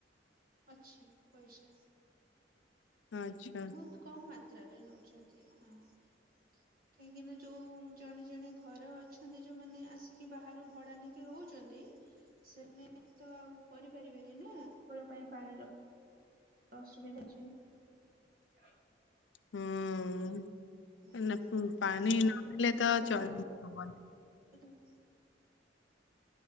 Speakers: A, on the right (about 55°); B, on the left (about 85°).
A: ଅଛି ପଇସା
B: ଆଚ୍ଛା
A: ବହୁତ କମ ମାତ୍ରରେ ନଉଛନ୍ତି। ହଁ <inaudible> କାହିଁକି ନା ଯୋଉ ଜଣେ ଜଣେ ଘର ଅଛନ୍ତି ଯୋଉମାନେ ଆସିକି ବାହାରୁ ଭଡା ନେଇକି ରହୁ ଅଛନ୍ତି ସେମାନେ ତ ଆଉ କରିପାରିବେନି ନା ପାଇଁ ପାଣି ର ଅସୁବିଧା ଅଛି। <inaudible>
B: ହୁଁ।
A: ମାନେ ସେ
B: ପାଣି
A: ତାର
B: ନ
A: ବି
B: ମିିଳିଲେ
A: ସୁବିଧା
B: ତ ଚଳି
A: ପାଉ
B: ହବନି।
A: <unintelligible>